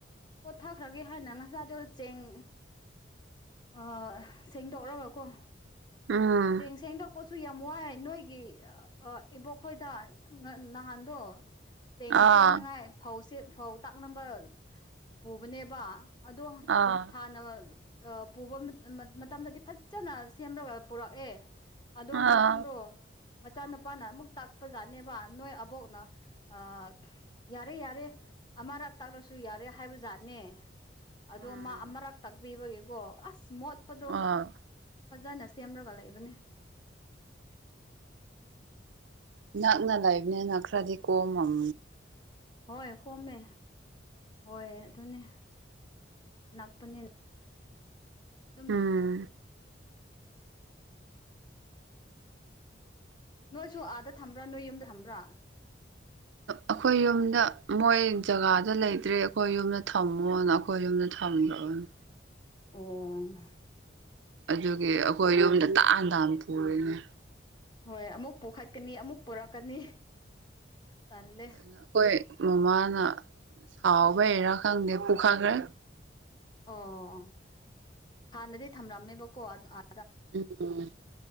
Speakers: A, on the left; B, on the right.
A: ꯄꯣꯊꯥꯈ꯭ꯔꯒꯦ ꯍꯥꯏꯅꯥ ꯉꯁꯥꯏꯗꯣ ꯆꯦꯡ ꯑꯥ ꯁꯦꯡꯗꯣꯛꯔꯒꯀꯣ
B: ꯎꯝ
A: ꯁꯦꯡ ꯁꯦꯡ ꯁꯦꯡꯗꯣꯛꯄ ꯁꯨ ꯌꯥꯝ ꯋꯥꯏ ꯅꯣꯏꯒꯤ ꯑꯥ ꯏꯕꯣꯛ ꯈꯣꯏꯗ ꯅꯍꯥꯟꯗꯣ ꯆꯦꯡ
B: ꯑꯥ
A: ꯁꯦꯝꯅꯉꯥꯏ ꯐꯧ ꯁꯦꯝ ꯐꯧ ꯇꯛꯅꯕ ꯄꯨꯕꯅꯦꯕ ꯑꯗꯣ
B: ꯑꯥ
A: ꯍꯥꯟꯅ ꯑꯥ ꯄꯨꯕ ꯃꯥ ꯃꯇꯝꯗꯗꯤ ꯐꯖꯅ ꯁꯦꯝꯔꯒ ꯄꯨꯔꯛꯑꯦ ꯑꯗꯣ ꯉꯔꯥꯡꯗꯣ
B: ꯑꯥ
A: ꯃꯆꯥꯅꯨꯄꯥꯅ ꯑꯃꯨꯛ ꯇꯥꯛꯄꯖꯥꯠꯅꯦꯕ ꯅꯣꯏ ꯑꯕꯣꯛꯅ ꯑꯥ ꯌꯥꯔꯦ ꯌꯥꯔꯦ ꯑꯃꯔꯛ ꯇꯛꯂꯁꯨ ꯌꯥꯔꯦ ꯍꯥꯏꯕꯖꯥꯠꯅꯦ ꯑꯗꯣ
B: ꯎꯝ
A: ꯃꯥ ꯑꯃꯔꯛ ꯇꯥꯛꯄꯤꯕꯒꯤꯀꯣ ꯑꯁ ꯃꯣꯠꯄꯗꯣ
B: ꯑꯥ
A: ꯐꯖꯅ ꯁꯦꯝꯔꯒ ꯂꯩꯕꯅꯦ
B: ꯅꯛꯅ ꯂꯩꯕꯅꯦꯅ ꯈꯔꯗꯤ ꯀꯣꯝꯃꯝ
A: ꯍꯣꯏ ꯀꯣꯝꯃꯦ ꯍꯣꯏ ꯑꯗꯨꯅꯦ ꯅꯛꯄꯅꯦ ꯑꯗꯨꯝ
B: ꯎꯝ
A: ꯅꯨꯡ ꯅꯣꯏꯁꯨ ꯑꯥꯗ ꯊꯝꯕ꯭ꯔꯥ ꯅꯣꯏ ꯌꯨꯝꯗ ꯊꯝꯕ꯭ꯔꯥ
B: ꯑꯩꯈꯣꯏ ꯌꯨꯝꯗ ꯃꯣꯏ ꯖꯒꯥꯗ
A: ꯑꯣ
B: ꯂꯩꯇ꯭ꯔꯦ ꯑꯩꯈꯣꯏ ꯌꯨꯝꯗ ꯊꯝꯃꯣꯅ ꯑꯩꯈꯣꯏ ꯌꯨꯝꯗ ꯊꯝꯒ꯭ꯔꯕꯅꯤ
A: ꯑꯣ
B: ꯑꯗꯨꯒꯤ ꯑꯩꯈꯣꯏ ꯌꯨꯝꯗ ꯇꯥꯥꯟ ꯇꯥꯅ ꯄꯨꯔꯤꯅꯦ
A: ꯍꯣꯏ ꯑꯃꯨꯛ ꯄꯨꯈꯠꯀꯅꯤ ꯑꯃꯨꯛ ꯄꯨꯔꯛꯀꯅꯤ ꯇꯜꯂꯦ
B: ꯑꯗꯨꯅ ꯑꯩꯈꯣꯏ ꯃꯃꯥꯅ ꯁꯥꯎꯕꯩꯔꯥ ꯈꯪꯗꯦ ꯄꯨꯈꯠꯈ꯭ꯔꯦ
A: ꯑꯣ ꯍꯥꯟꯅꯗꯤ ꯊꯝꯂꯝꯃꯦꯕꯀꯣ ꯑꯥꯗ ꯑꯥ
B: ꯎꯝ